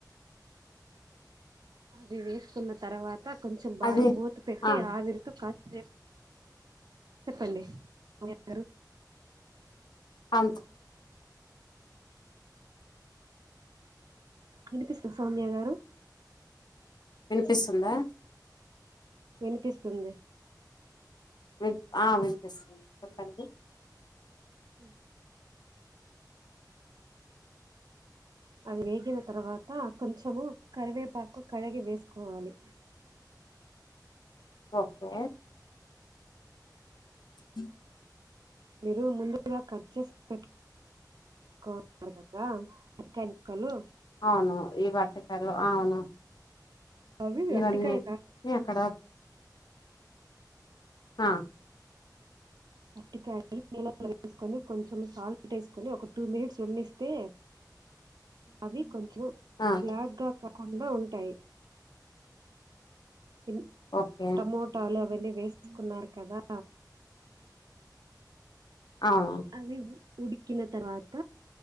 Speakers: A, on the right; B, on the left.
A: అది వేసుకున్న తర్వాత కొంచెం బాగా
B: అది
A: మూత పెట్టి
B: ఆ
A: ఆవిరితూ కపు చెప్పండిారు
B: అంత
A: వినిపిస్తుంది సౌమ్య గారు
B: వినిపిస్తుందా
A: వినిపిస్తుంది
B: వి వినిపిస్తుంది చెప్పండి
A: ఓ అది వేగిన తర్వాత కొంచెము కరివేపాకు కడిగి వేసుకోవాలి
B: ఓకే అ
A: మీరు ముందుగా కట్ చేసి పెట్టు కదా మెకానిక్కలు
B: అవును ఈ వట్టకాయలు అవును
A: అవి
B: ఇవన్నీ
A: అరటికాయ కాదు
B: న అక్కడ ఆ
A: అటికాయ నీలా వేసుకొని కొంచెం సాల్ట్ వేసుకొని ఒక టూ మినిట్స్ వండిస్తే అవి కొంచెం
B: ఆ
A: బ్లాక్ గా కాకుండా ఉంటాయి ఇన్
B: ఓకే
A: టమోటాలు అవన్నీ వేసుకున్నారు కదా
B: అవును
A: అవి ఉ ఉడికిన తర్వాత